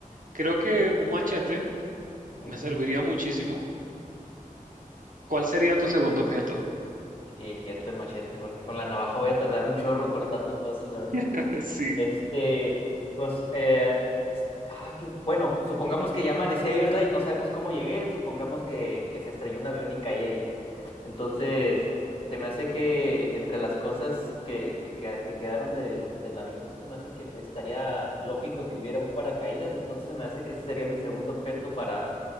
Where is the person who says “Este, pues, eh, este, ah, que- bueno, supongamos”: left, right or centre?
Left